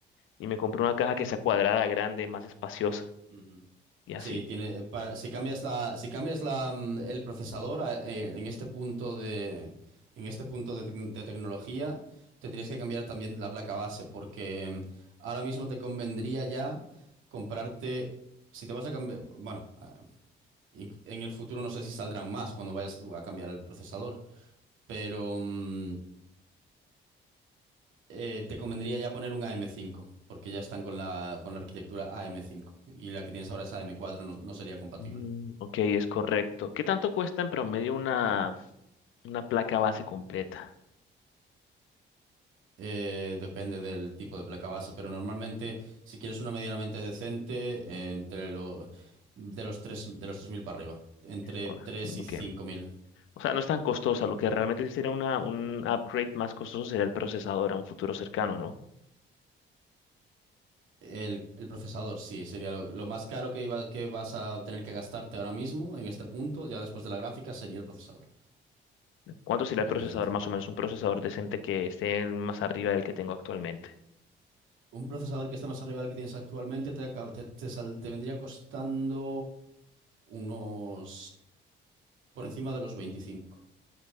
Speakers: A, on the left (about 85°); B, on the right (about 85°).
A: y me compro una caja que sea cuadrada, grande, más espaciosa
B: Ujú.
A: y así.
B: Sí, tiene, para, si cambias la, si cambias la, mm, el procesador a- eh, en este punto de, en este punto de, tec- de tecnología, tendrías que cambiar también la placa base, porque mm, ahora mismo te convendría ya comprarte, si te vas a cambiar, bueno, ah, in- en el futuro no sé si saldrán más cuando vayas tú a cambiar el procesador, pero mm, eh, te convendría ya poner un AM5, porque ya están con la, con la arquitectura AM5 y la que tienes ahora es AM4, no, no sería compatible.
A: Mm, Ok, es correcto. ¿Qué tanto cuesta en promedio una, una placa base completa?
B: Eh, depende del tipo de placa base, pero normalmente si quieres una medianamente decente, eh, entre lo, de los 3 de los 3.000 para arriba, entre
A: O-
B: 3 y
A: Ok.
B: cinco mil
A: O sea, no es tan costosa. Lo que realmente sí sería una, un upgrade más costoso sería el procesador a un futuro cercano, ¿no?
B: El, el procesador, sí, sería lo, lo más caro que, iba- que vas a tener que gastarte ahora mismo en este punto, ya después de la gráfica, sería el procesador,
A: ¿Cuánto sería
B: obviamente.
A: el procesador más o menos? Un procesador decente que esté más arriba del que tengo actualmente.
B: Un procesador que esté más arriba del que tienes actualmente te, acab- te, te sal- te vendría costando unos por encima de los 25.